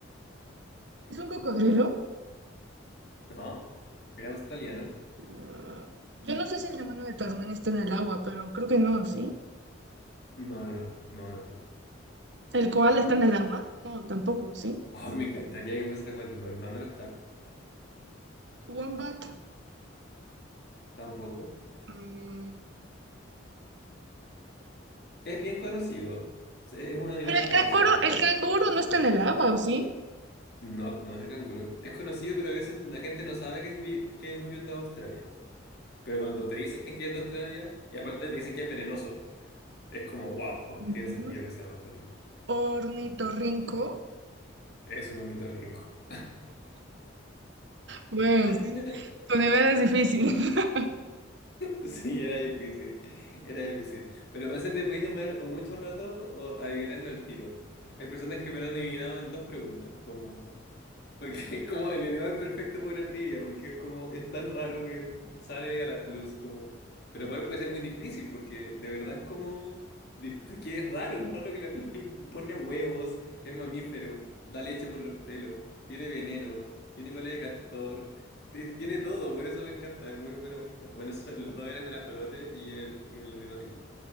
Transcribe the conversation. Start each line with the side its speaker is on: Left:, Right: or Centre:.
Right: ¿Es un cocodrilo?
Left: ¿No? ¿Era australiano?
Right: Ah, yo no sé si el demonio de Tasmania está en el agua, pero creo que no, ¿sí?
Left: No, no, no, no, no. no.
Right: ¿El koala está en el agua? No, tampoco, ¿sí?
Left: Ay, me encantaría que fuese acuático. No, no lo está.
Right: Wombat.
Left: Tampoco.
Right: mm,
Left: Es bien conocido. Es un animal
Right: pero el
Left: conocido.
Right: canguro, el canguro no está en el agua, ¿o sí?
Left: No, no es el canguro. Es conocido, pero a veces la gente no sabe que es, vi- que es oriundo de Australia. Pero cuando te dicen que es de Australia, y aparte te dicen que es venenoso, es como, wow,
Right: mm,
Left: tiene sentido que sea de Australia.
Right: Ornitorrinco.
Left: Es un ornitorrinco.
Right: bueno,
Left: <laughs>
Right: sí, tu nivel es difícil. <laughs>
Left: Sí, era difícil, era difícil. Pero, o sea, te podéis demorar o mucho rato o adivinarlo al tiro. Hay personas que me lo han adivinado en dos preguntas, como, Porque <laughs> es como el animal perfecto para una trivia, porque es como, es tan raro que sale a la luz como... Pero igual puede ser muy difícil, porque de verdad es como... dif- Que es raro, es más raro que la... <laughs> Pone huevos, es mamífero, da leche por los pelos, tiene veneno, tiene cola de castor, ti- tiene todo, por eso me encanta, es muy bueno esta. Bueno, eso- los dos eran el ajolote y el, y el ornitorrinco.